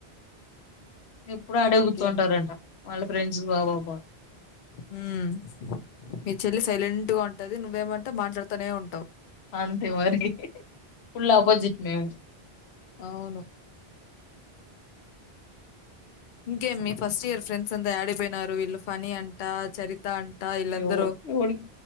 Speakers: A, on the left; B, on the left.
A: ఎప్పుడు ఆడే
B: ఇంకేం
A: కుచ్చొంటారంట వాళ్ళ ఫ్రెండ్స్ ఆ పాప
B: హ్మ్ మీ చెల్లి సైలెంట్ గా ఉంటది నువ్వేమంటె మాట్లాడుతూనే ఉంటావు
A: అంతే మరి ఫుల్ ఆపోజిట్ మేము
B: అవును ఇంకేం మీ ఫస్ట్ ఇయర్ ఫ్రెండ్స్ అంతా ఆడిపోయినారు వీళ్ళు ఫనీ అంటా చరిత అంట వీళ్ళందరూ
A: యో యావడ్